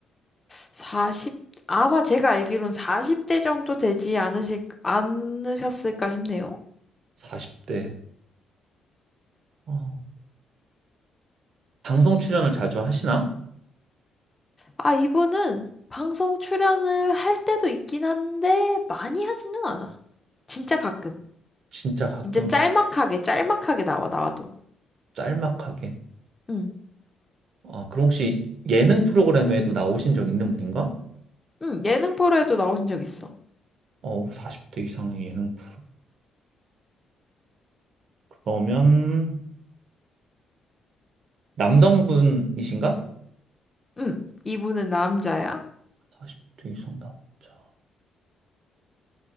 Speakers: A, on the left; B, on the right.
A: 40, 아마 제가 알기론 40대 정도 되지 않으실, 않으셨을까 싶네요.
B: 40대. 어, 방송 출연을 자주 하시나?
A: 아, 이분은 방송 출연을 할 때도 있긴 한데, 많이 하지는 않아. 진짜 가끔.
B: 진짜 가끔,
A: 진짜 짤막하게, 짤막하게 나와, 나와도.
B: 짤막하게.
A: 응,
B: 아, 그럼 혹시 예능 프로그램에도 나오신 적 있는 분인가?
A: 응, 예능 프로에도 나오신 적 있어.
B: 어, 40대 이상의 예능 프로. 그러면 남성분이신가?
A: 응, 이분은 남자야.
B: 40대 이상 남자.